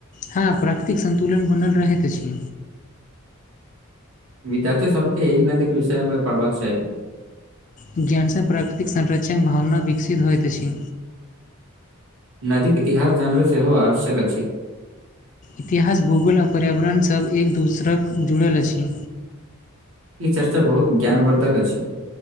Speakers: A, on the left; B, on the right.
A: हँ प्राकृतिक सन्तुलन बनल रहैत अछि
B: विद्यार्थी सभके एहि नदी के विषयमे पढ़बाक चाहि
A: ज्ञानसँ प्राकृतिक संरक्षक भावना विकसित होइत अछि
B: नदी के इतिहास जान बे सेहो आवश्यक अछि
A: इतिहास भूगोल आ पर्यावरण सब एक दोसरक जुड़ल अछि
B: ई चर्चा बहुत ज्ञानवर्धक अछि